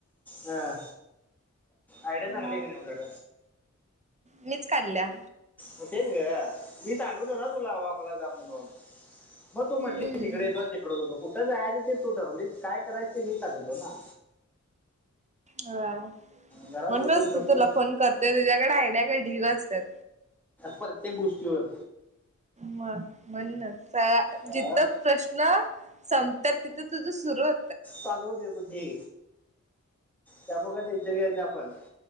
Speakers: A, in the centre; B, on the right.
A: हं आयडि
B: मग
A: चांगली आहे क नाहीवलड
B: मीच काढल्या.
A: हो तेन ग मी सांगत ना तुला वाकला जा म्हणून मग तू
B: हम्म.
A: म्हटलीस इिकडे द तिकडं दोनो कुठं जायच ते तू ठरवलीस काय करायस ते मी सांगतो ना.
B: हा
A: घरात
B: म्हणूनसतू
A: बसून बसून
B: तुला फोन करतेय तुझ्याकडे आयडिया काय ढीग असतात.
A: प्रत्येक गोष्टीवर
B: म म्हण
A: अं,
B: जिथ प्रश्न ना संपतात तिथं तुझ सुरू हो.
A: तलू दे बुद्धी त्यामुक टीचर आपण